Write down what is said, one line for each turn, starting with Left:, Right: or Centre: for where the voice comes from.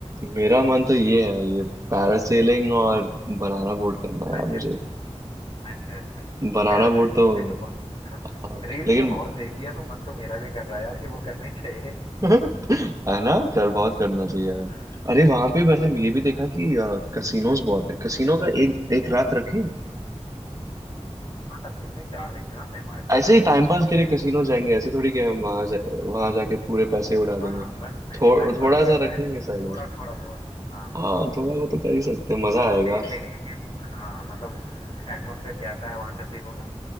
Right: मेरा मन तो ये है ये पैरासेलिंग और बनाना बोट करना है
Left: अच्छा
Right: यार मुझे
Left: अच्छा अच्छा
Right: बनाना
Left: पैरासेलिंग
Right: बोट
Left: तो
Right: तो
Left: मुझे भी बहुत पसंद है मतलब
Right: हाँ,
Left: रील्स
Right: लेकिन
Left: में बहुत देखी है तो मन तो मेरा भी कर रहा है यार कि वो करनी <laughs> चाहिए
Right: है ना कर बहुत करना चाहिए यार
Left: हम्म
Right: अरे वहां पे मैंने ये भी देखा कि कसिनोज बहुत है कसिनो का एक एक रात रखें
Left: हाँ कर सकते हैं चार दिन निवास है हमारे पास
Right: ऐसे
Left: यार
Right: ही टाइम पास के लिए कसिनो जाएंगे ऐसे थोड़ी कि हम वहां जा, वहां जाके पूरे पैसे उड़ा देंगे
Left: हाँ हाँ,
Right: थो,
Left: बस भाई टाइम
Right: थोड़ा
Left: पास ही करना
Right: सा रख
Left: है
Right: लेंगे साइड
Left: थोड़ा
Right: में
Left: थोड़ा बहुत हाँ
Right: हाँ
Left: हाँ
Right: थोड़ा वो तो कर ही सकते हैं मजा
Left: थोड़ा बहुत
Right: आएगा
Left: देख लेंगे कि हाँ मतलब एटमोसफेयर कैसा है वहाँ कैसीनो का